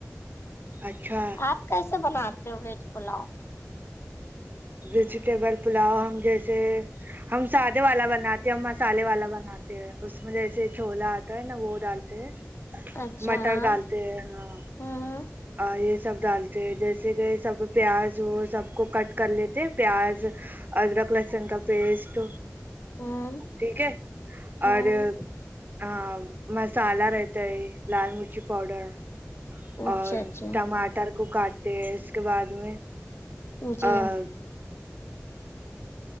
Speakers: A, on the right; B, on the left.
A: اچھا
B: آپ کیسے بناتے ہو ویج پلاؤ
A: ویجیٹیبل پلاؤ ہم جیسے ہم سادے والا بناتے ہم مسالے والا بناتے تے ہیں اس میں جیسے چھولا آتا ہے نا وہ ڈالتے ہیں
B: اچھا
A: مٹر
B: ہاں
A: ڈالتے ہیں ہاں
B: ہمم ہمم
A: اور یے سب ڈالتے جیسے کہ سب پیاز وہ سب کو کٹ کر لیتے پیاز ادرک لہسن کا پیسٹ
B: ہوں
A: ٹھیک ہے
B: ہوں
A: اور ہاں مسالہ رہتا ہے لال مرچی پاؤڈر
B: اچھا
A: اور
B: اچھا
A: ٹماٹر کو کاٹتے ہیں اس کے بعد میں
B: جی
A: ہاں